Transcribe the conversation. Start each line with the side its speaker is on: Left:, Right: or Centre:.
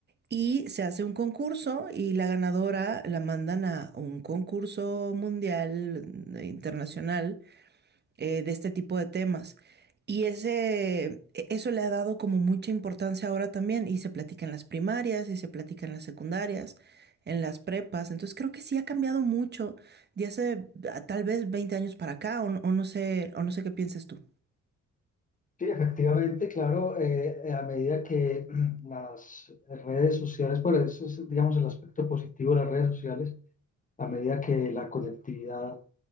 Right: Y se hace un concurso y la ganadora la mandan a un concurso mundial, eh, internacional, eh, de este tipo de temas. Y ese, e- eso le ha dado como mucha importancia ahora también y se platica en las primarias y se platica en las secundarias, en las prepas. Entonces creo que sí ha cambiado mucho de hace ah, tal vez 20 años para acá o, no o no sé, o no sé qué pienses tú.
Left: Sí, efectivamente, claro, eh, eh, a medida que <clears throat> las redes sociales, bueno, eso es, digamos, el aspecto positivo de las redes sociales, a medida que la conectividad